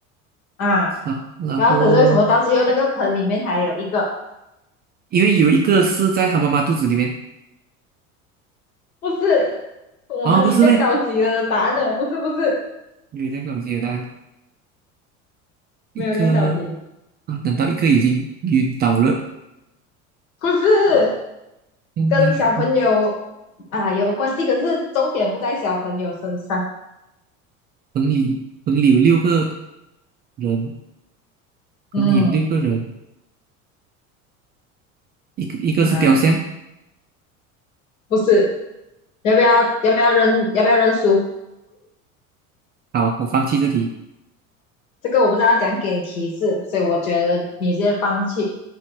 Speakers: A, on the left (about 70°); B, on the right (about 25°).
A: 啊。
B: 啊，然后
A: 然后可是为什么到最后那个盆里面还有一个？
B: 因为有一个是在他妈妈肚子里面
A: 不是，哇，
B: 啊，不是呗？
A: 你这样高级的答案了，不是不是，
B: 有点搞简单，一个
A: 没有这样高级，
B: 啊，等到一个已经晕倒了，
A: 不是
B: 那那还
A: 跟小朋友啊有关系，可是重点不在小朋友身上。
B: 棚里棚里有六个人，
A: 嗯
B: 棚里有六个人，一个一个是雕像。
A: 啊。不是，要不要要不要认要不要认输？
B: 好，我放弃这题，
A: 这个我不知道怎样给你提示，所以我觉得你直接放弃，